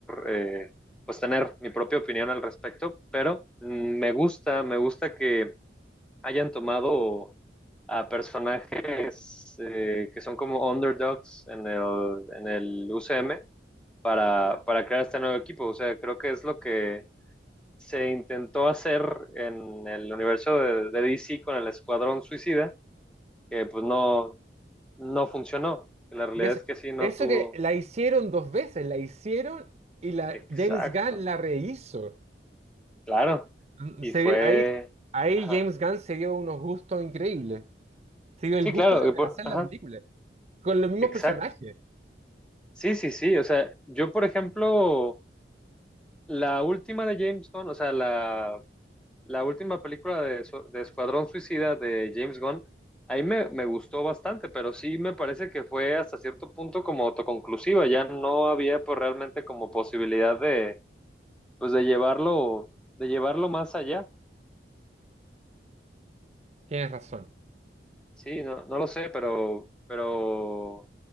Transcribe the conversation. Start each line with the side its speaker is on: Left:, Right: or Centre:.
Centre: eh, pues tener mi propia opinión al respecto, pero mm, me gusta, me gusta que hayan tomado a personajes eh, que son como underdogs en el, en el UCM para, para crear este nuevo equipo. O sea, creo que es lo que se intentó hacer en el universo de, de DC con el Escuadrón Suicida que pues no, no funcionó. La realidad
Right: Y es-
Centre: es que sí, no
Right: eso
Centre: tuvo.
Right: que la hicieron dos veces, la hicieron y la,
Centre: Exacto,
Right: James Gunn la rehizo.
Centre: claro.
Right: Mm,
Centre: Y
Right: se-
Centre: fue...
Right: ve- ahí, ahí
Centre: Ajá.
Right: James Gunn se dio unos gustos increíbles. Se dio el
Centre: Sí,
Right: gusto
Centre: claro.
Right: de
Centre: y
Right: rehacer
Centre: por- Ajá.
Right: la película con los mismos
Centre: Exacto.
Right: personajes.
Centre: Sí, sí, sí. O sea, yo, por ejemplo, la última de James Gunn, o sea, la, la última película de, su- de Escuadrón Suicida de James Gunn, ahí me, me gustó bastante, pero sí me parece que fue hasta cierto punto como autoconclusiva. Ya no había pues, realmente como posibilidad de pues de llevarlo, de llevarlo más allá.
Right: Tienes razón.
Centre: Sí, no, no lo sé, pero, pero